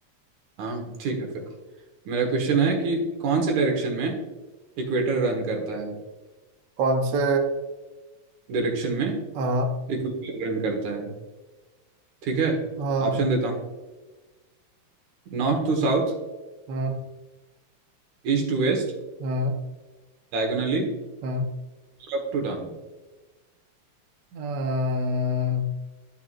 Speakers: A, on the right; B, on the right.
A: हाँ ठीक है फिर मेरा क्वेश्चन है कि कौन से डायरेक्शन में इक्वेटर रन करता है
B: कौन से
A: डायरेक्शन में
B: आ
A: इक्वेटर रन करता है ठीक है
B: आ
A: ऑप्शन देता हूँ North to south
B: हम्म
A: East to west
B: हम्म
A: Diagonally
B: हम्म
A: Up to down
B: हम्म,